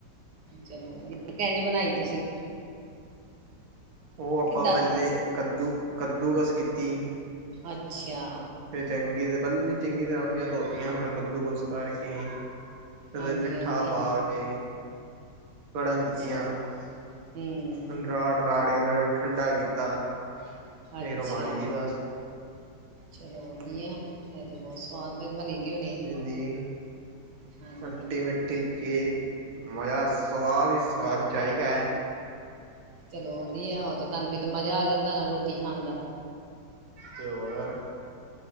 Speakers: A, on the right (about 80°); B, on the right (about 55°).
A: ਚਲੋ ਵਧੀਆ, ਕਿੰਝ ਬਣਾਈ ਤੁਸੀਂ?
B: ਉਹ ਆਪਾਂ
A: ਕਿੱਦਾਂ
B: ਪਹਿਲੇ ਕੱਦੂ ਕੱਦੂਕਸ ਕੀਤੀ।
A: ਅੱਛਾ।
B: ਫਿਰ ਚੰਗੀ ਤੇ ਪਹਿਲੇ ਨੀ ਚੰਗੀ ਤਰ੍ਹਾਂ ਅੰਬੀਆਂ ਧੋਤੀਆਂ ਫਿਰ ਕੱਦੂਕੱਸ ਕਰਕੇ ਕਦੇ
A: ਹਾਂਜੀ
B: ਮਿੱਠਾ
A: ਹਾਂਜੀ
B: ਪਾ ਕੇ ਕੜਨ
A: ਅੱਛਾ
B: ਦਿੱਤੀਆਂ।
A: ਹੂੰ
B: ਉਹਨੂੰ ਰਾੜ-ਰਾੜ ਕੇ ਫੇਰ ਉਹਨੂੰ ਠੰਡਾ ਕੀਤਾ। ਫੇਰ
A: ਅੱਛਾ
B: ਉਹ ਬਣ ਗਈ ਬੱਸ।
A: ਚਲੋ ਵਧੀਆ, ਇਹ ਤੇ ਬਹੁਤ ਸਵਾਦ ਫਿਰ ਬਣੀ ਦੀ ਹੋਣੀ।
B: ਦੀਨ
A: ਹਾਂਜੀ
B: ਖੱਟੀ -ਮਿੱਠੀ। ਤੇ ਜੇ ਮਜ਼ਾ ਸਵਾਦ ਹੀ ਸਵਾਦ ਜਾਇਕਾ।
A: ਚਲੋ ਵਧੀਆ, ਉਹ ਤੇ ਤੁਹਾਨੂੰ ਫਿਰ ਤੇ ਮਜ਼ਾ ਆ ਜਾਂਦਾ ਨਾ ਰੋਟੀ ਖਾਣ ਦਾ।
B: ਤੇ ਹੋਰ